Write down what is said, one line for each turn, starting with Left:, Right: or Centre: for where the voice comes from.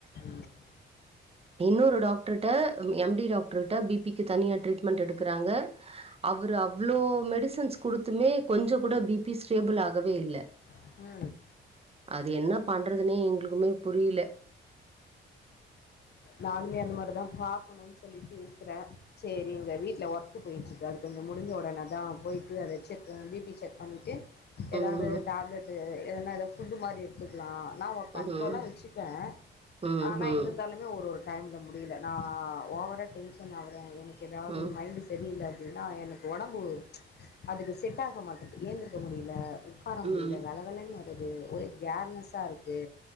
Left: ம். ம்.
Right: இன்னொரு டாக்டர்ட்ட எம்டி டாக்டர்ட்ட பிபிக்கு தனியா ட்ரீட்மெண்ட் எடுக்றாங்க அவரு அவ்ளோ மெடிஸ் சன்ஸ் குடுத்துமே கொஞ்சோ கூட பிபி ஸ்டேபிள் ஆகவே இல்ல
Left: ஆ
Right: அது என்ன பண்றதுனே எங்களுக்குமே புரில
Left: நானுமே அந்த மாரிதா பாக்கணுன் சொல்லிட்டு இருக்கிறே சேரி இங்க வீட்ல ஒர்க் போய்ட்டு இருக்கு அது கொஞ்சோ முடிஞ்ச ஒடனே தா போய்ட்டு அத செக் பிபி செக் பண்ணிட்டு எதாவது
Right: ம்
Left: டேப்லெட்டு எதனா எதா புட்டு மாரி இரு வச்சிகலாம் நா ஒரு கன்ட்ரோலா
Right: ம்
Left: வச்சுப்பே
Right: ம்
Left: ஆனா
Right: ம்
Left: இருந்தாலும் மே ஒரு ஒரு டைம்ல முடில நா ஓவரா டென்ஷன் ஆவுறே எனக்கு எதாவது
Right: ம்
Left: மைண்ட் தெரில அப்டின்னா எனக்கு ஒடம்பு அதுக்கு செட் ஆக மாட்டது ஏந்திருக்க முடியல உக்காரமுடில
Right: ம்
Left: வல வலன்னு வருது ஒரே கேர்னஸ்ஸா இருக்கு